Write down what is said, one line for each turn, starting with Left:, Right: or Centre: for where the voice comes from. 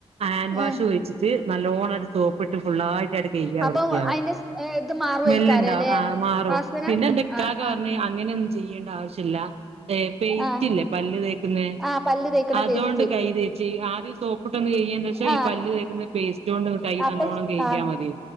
Right: ഹാൻഡ് വാഷ്
Centre: ഏഹ്
Right: ഒഴിച്ചി ട്ട് നല്ലോണ്ണം അങ്ങട്ട് സോപ്പിട്ട് ഫുുള്ളായി ട്ട് കഴുകിയാൽ
Centre: അപ്പൊ
Right: വൃത്തിയാവും
Centre: അയിന്റെ സ് ഇത് മാറുവയിക്കാരല്ലേ
Right: സ്മെലുണ്ടാവും ആഹ് അത് മാറും
Centre: വാസന
Right: പിന്നെ എന്റെ ഇക്കാക്ക
Centre: ആഹ് ആഹ്
Right: പറഞ്ഞു അങ്ങനെയൊന്നും ചെയ്യേണ്ട ആവശ്യമില്ല പേ പേസ്റ്റ്
Centre: ആഹ്
Right: ഇല്ലേ പല്ല് തേക്കുന്നേ
Centre: ആഹ് പല്ല് തേക്കണ
Right: അതുകൊണ്ട്
Centre: പേസ്റ്റ്
Right: കൈ തേച്ച് ആദ്യം സോപ്പിട്ടൊന്ന് കഴുകിയ ശേഷം ഈ
Centre: ആഹ്
Right: പല്ല് തേക്കുന്ന പേ കൊണ്ട് ഒന്ന് കൈ
Centre: അപ്പൊ
Right: നല്ലോണം കഴുകിയ
Centre: ആഹ്
Right: മതി